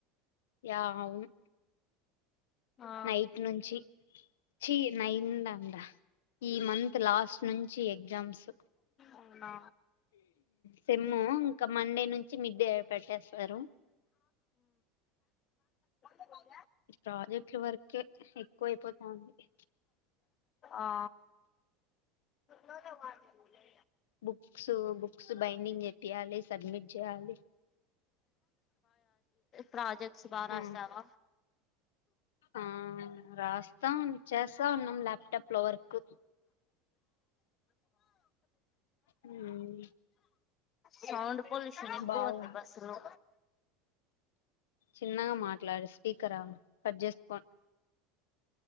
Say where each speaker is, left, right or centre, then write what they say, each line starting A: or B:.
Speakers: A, on the left (about 75°); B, on the left (about 40°).
A: యా అవును
B: ఆ
A: నైట్ నుంచి చీ నైందా అందా ఈ మంత్ లాస్ట్ నుంచి ఎగ్జామ్స్
B: అవునా
A: సమ్ము ఇంకా మండే నుంచి మిడ్డే పెట్టేస్తారు
B: అ
A: ఈ ప్రాజెక్టుల వరకే ఎక్కువ అయిపోతా ఉంది
B: ఆ మా లే
A: బుక్స్ బుక్స్ బైండింగ్ చెప్పయాలి సబ్మిట్ చేయాలి
B: ప్రజక్ సు బారా
A: ఆ
B: రాస్తావా
A: ఆ రాస్తాం చేస్తా ఉన్నాం ల్యాప్టాప్ లో వర్క్ ఉమ్,
B: సౌండ్ పొల్యూషన్ ఎక్కువ
A: బాగు
B: ఉంది బస్సు లో
A: చిన్నగా మాట్లాడు స్పీకరా కట్ చేసి పోను